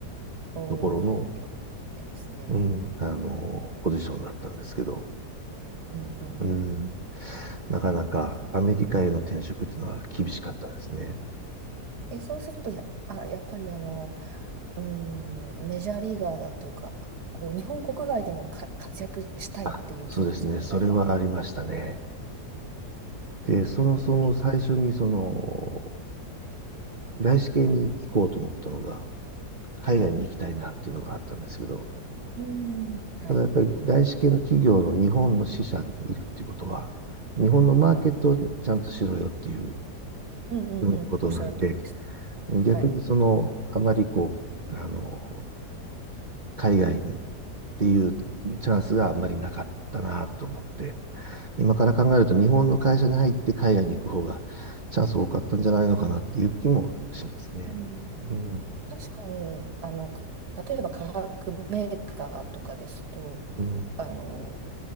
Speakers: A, on the right; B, on the right.
A: お
B: ところの、
A: お、興味深いですね。
B: うん、あの、ポジションだったんですけど、
A: うん、うん、
B: うん、
A: うん。
B: なかなかアメリカへの転職っていうのは厳しかったですね。
A: うんえ、そうするとや、あ、やっぱりあの、うーん、メジャーリーガーだというか、こう日本国外でもか活躍したいっていう気持ちがやっぱあったんです。
B: あ、そうですね。それはありましたね。で、
A: うんうんうん。
B: そもそも最初にその、外資系に行こうと思ったのが、海外に行きたいなっていうのがあったんですけど、
A: はい。うん、はい、
B: ただやっぱり外資系の企業の日本の支社にいるっていうことは、日本のマーケットをちゃんとしろよっていう
A: はい。うんうんうん、
B: うんことなんで、
A: おっしゃる通りですね。
B: 逆にその、
A: はい。
B: あまりこう、あの、海外にっていうチャンスがあまりなかったなと思って、今から考えると日本の会社に入って海外に行く方がチャンス多かったんじゃないのかなっていう気もしますね。
A: うん、
B: うん、
A: 確かに、あの、例えば化学メーカーとかですと、
B: うん、
A: 結構、あの、